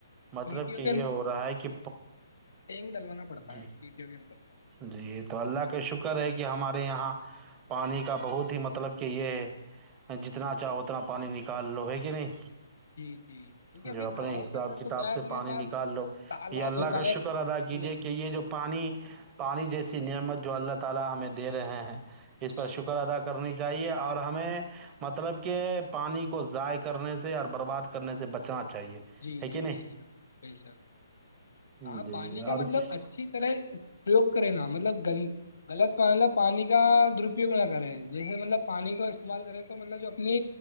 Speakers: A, on the left (about 85°); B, on the right (about 15°).
A: سیٹیوں
B: مطلب کہ یہ ہو رہا ہے کہ
A: ٹینگ ڈلوانا پڑتا
B: جی
A: ہے سیٹیوں کے اندر
B: جی تو اللہ کا شکر ہے کہ ہمارے یہاں پانی کا بہت ہی مطلب کہ یہ ہے جتنا چاہو اتنا پانی نکال لو ہے کہ نہیں
A: جی جی کیونکہ ابھی
B: جو اپنے
A: گاؤں
B: حساب
A: کے اندر
B: کتاب
A: تو کیا ہے
B: سے
A: اپنے
B: پانی
A: پاس
B: نکال لو
A: تالاب
B: یا اللہ
A: ہوتا
B: کا
A: ہے
B: شکر ادا
A: کنواں-
B: کیجے کہ یہ جو پانی جیسی نعمت جو اللہ تعی ت ہمیں دے رہے ہیں اس
A: جی
B: پر شکر ادا کر کرنی چاہیے اور ہمیں مطلب کہ پانی کو ضائع کرنے سے اور برباد کرنے سے بچنا چاہیے
A: جی
B: ہے کہ
A: جی بے شک بے شک
B: نہیں
A: ہاں
B: جی
A: پانی کا
B: اور
A: مطلب
B: جی
A: اچھی طرحو کرے نا مطلب گن غلط مطلب پانی کا درپیوگ نہ کرے جیسے مطلب پانی کا استعمال کرے تو مطلب جو اپنی